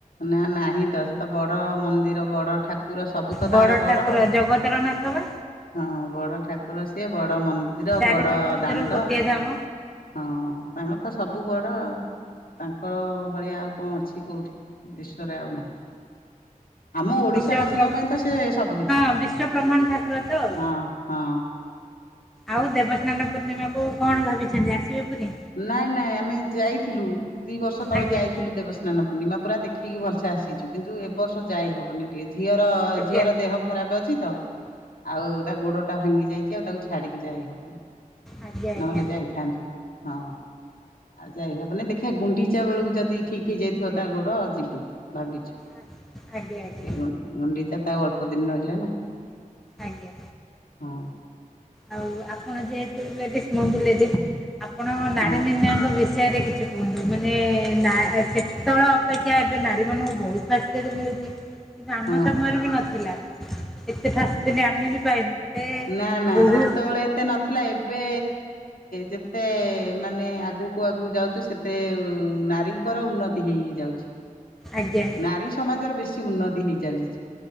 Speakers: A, on the left (about 85°); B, in the centre.
A: ନା ନାହିଁ ତ ସେ ତ ବଡ ମନ୍ଦିର ବଡ ଠାକୁ ର ସବୁ ତ
B: ବଡ଼
A: ତାଙ୍କର ବଡ
B: ଠାକୁର
A: ଆଉ। ହଁ,
B: ଜଗତର ନାଥ ବା
A: ବଡ ଠାକୁର ସିଏ, ବଡ ମନ୍ଦିର,
B: ଚାରି
A: ବଡ
B: ଧାମ ଭିତରୁ
A: ଦାଣ୍ଡ।
B: ଗୋଟିଏ ଧାମ
A: ହଁ, ତାଙ୍କର ତ ସବୁ ବଡ଼ ଆଉ, ତାଙ୍କ ଭଳିଆ ଆଉ କଣ ଅଛି କଉଠି। ବିଶ୍ୱରେ ଆଉ ନାହିଁ। ଆମ ଓଡିଶା
B: ବିଶ୍ୱ
A: ବାସୀଙ୍କ
B: ବ୍ର-
A: ପାଇଁ ତ ସେ ସବୁ କିିଛି।
B: ହଁ ବିଶ୍ୱ ବ୍ରହ୍ମାଣ୍ଡ ଠାକୁର ତ ଆଉ
A: ହଁ, ହଁ।
B: ଆଉ ଦେବସ୍ନାନ ପୂର୍ଣ୍ଣିମାକୁ କଣ ଭାବିଚନ୍ତି ଆସିବେ ପୁରୀ?
A: ନାଇଁ, ନାଇଁ ଆମେ ଯାଇଥିଲୁ ଦି ବର୍ଷ ତଳେ
B: ଆଜ୍ଞା
A: ଯାଇଥିଲୁ ଦେବସ ସ୍ନାନ ପୂର୍ଣ୍ଣିମା ପୁରା ଦେଖିକି ଭଲସେ ଆସିଚୁ କିନ୍ତୁ ଏ ବର୍ଷ ଯାଇ ହବନି ଟିକେ ଝିଅର
B: ଆଜ୍ଞା
A: ଝିଅର ଦେହ ଖରାପ ଅଛି ତ ଆଉ ତା ଗୋଡ ଟା ଭାଙ୍ଗି ଯାଇଚି ଆଉ ତାକୁ ଛାଡିକି ଯାଇ ହବନି।
B: ଆଜ୍ଞା ଆଜ୍ଞା
A: ନହେଲେ ଯାଇଥାନ୍ତୁ। ହଁ। ଆଉ ଯାଇହବନି, ଦେଖିବା ଗୁଣ୍ଡିଚା ବେଳକୁ ଯଦି ଠିକ ହେଇଯାଇଥିବ ତା ଗୋଡ ଯିବୁ ଭାବିଚୁ। ସେ
B: ଆ- ଆଜ୍ଞା ଆଜ୍ଞା
A: ଗୁ ଗୁଣ୍ଡିଚା ତ ଆଉ ଅଳ୍ପ ଦିନ ରହିଲା ନା।
B: ଆଜ୍ଞା,
A: ହଁ
B: ଆଉ ଆପଣ ଯେହେତୁ ଲେଡିସ ମୁଁ ବି ଲେଡିସ। ଆପଣ ନାରୀ
A: ହଁ
B: ନିର୍ଣ୍ଣୟକ ବେସି ରେ କିଛି କୁହନ୍ତୁ। ମାନେ ନା ସେତେବେଳେ ଅପେକ୍ଷା ଏବେ ନାରୀ ମାନଙ୍କୁ ବହୁତ ଫାସିଲିଟି ମିଳୁ ଚି କିନ୍ତୁ ଆମ
A: ହଁ
B: ସମୟରେ ବି ନଥିଲା। ଏତେ ଫାସିଲିଟି ଆମେ ବି ପାଇନୁ। ଗୋଟେ
A: ନା, ନା
B: ବହୁ
A: ସେତେବେଳେ ଏତେ ନଥିଲା। ଏବେ ଯେତେ ମାନେ ଆଗକୁକ ଆଗକୁ ଯାଉଚୁ ସେ ତେ‌ ଉ ନାରୀଙ୍କର ଉନ୍ନତି ହେଇ ହେଇ ଯାଉଛି।
B: ଆଜ୍ଞା।
A: ନାରୀ ସମାଜର ବେଶୀ ଉନ୍ନତି ହେଇ ଚାଲିଚି।